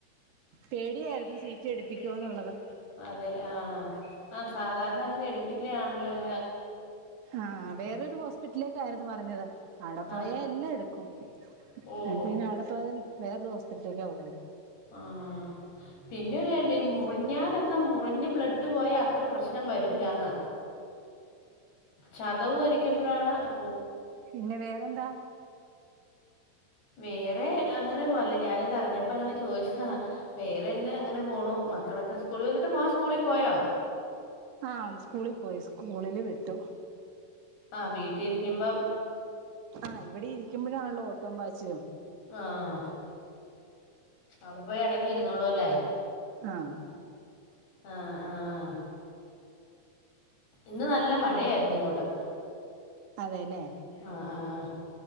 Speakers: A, on the right; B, on the left.
A: പേടിയായിരുന്നു
B: പേടിയായിര്ന്നു
A: സീറ്റ്
B: സീറ്റി
A: എടുപ്പിക്കുമോ
B: എടുപ്പിക്കുവാേന്ന്ള്ളത്
A: എന്നുള്ളത്
B: അതേലേ ആഹ് ആ സാധാര് ണ അങ്ങനെ എട്പ്പിക്ക്ണെയാണല്ലോ അത്
A: ആഹ് വേറാെരു ഹോസ്പിറ്റിലേക്കായ്ര്ന്നു പറഞ്ഞത് ആടെ പോയ
B: ആ
A: എല്ലാ എട്ക്കും
B: ഓ
A: എൻട്ട് പിന്നെ അവ്ടെ പോവാതെ വേറൊറ് ഹോസ്പിറ്റൽക്കാ പോയത്
B: ആഹ് പിന്നെ വേണ്ടേ ഈ മുറിഞ്ഞാലൊന്നും മു റിഞ്ഞ് ബ്ലഡ് പോയാ അത്ര പ്രശ്നം വര് രൂലാന്നാ ചതവൊരിക്കുമ്പ്ഴാണ് ഔ
A: പിന്നെ വേറെന്താ
B: വേറെ അങ്ങനെ പോവല്ലേ ഞാനിതറിഞ്ഞപ്പോ അങ്ങനെ ചോദിച്ച വേറെ എന്നെ അങ്ങനെ പോണു മക്കളൊക്കെ സ്കൂളിൽ വന്നിട്ട് സ്കൂളിൽ പോയോ
A: ആഹ് സ്കൂളിൽ പോയി സ്കൂളില് വിട്ടു
B: ആഹ് വീട്ടിലിരിക്കുമ്പം
A: ആഹ് ഇവിടെ ഇരിക്കുമ്പോഴാണല്ലോ ഓട്ടം പാച്ചിലും
B: ആഹ് അവിടെ പോയി അടങ്ങിയിരുന്നോള്ളൂ അല്ലേ
A: ആഹ്
B: ആഹ് ആഹ് ഇന്ന് നല്ല മഴയായിരുന്നു ഇങ്ങോട്ട്
A: അതെല്ലേ
B: ആഹ് ആഹ്